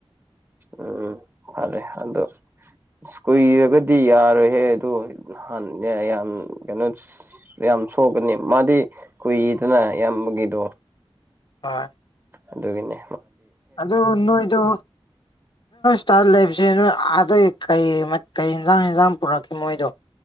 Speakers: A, on the right; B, on the left.
A: ꯎꯝ ꯐꯔꯦ ꯑꯗꯣ ꯀꯨꯏꯔꯒꯗꯤ ꯌꯥꯔꯣꯏꯍꯦ ꯑꯗꯨ ꯍꯥꯟ ꯌꯥꯝ ꯀꯩꯅꯣ ꯌꯥꯝ ꯁꯣꯛꯀꯅꯤ ꯃꯥꯗꯤ ꯀꯨꯏꯗꯅ ꯌꯥꯝ ꯗꯣ
B: ꯍꯣꯏ
A: ꯑꯗꯨꯒꯅꯦ
B: ꯑꯗ ꯏꯅ ꯏꯗꯨ ꯁ ꯂꯥꯏꯐ ꯁꯦ ꯅꯣꯏ ꯑꯗꯩ ꯀꯩ ꯀꯩ ꯌꯦꯟꯖꯥꯡ ꯌꯦꯟꯖꯥꯡ ꯄꯨꯔꯛꯈꯤ ꯃꯣꯏꯗꯣ